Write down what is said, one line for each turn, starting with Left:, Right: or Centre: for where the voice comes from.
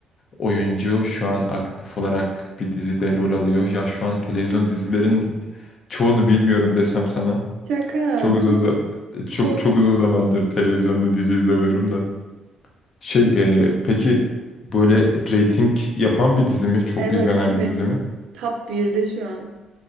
Left: oyuncu şu an aktif olarak bir dizide rol alıyor. Ya şu an televizyon dizilerin çoğunu bilmiyorum desem sana.
Right: Şaka.
Left: Çok uzun za- çok
Right: Çok.
Left: çok uzun zamandır televizyonda dizi izlemiyorum da. Şey e, peki böyle reyting yapan bir dizi mi? Çok
Right: Evet
Left: izlenen
Right: evet.
Left: bir dizi mi?
Right: Top birde şu an.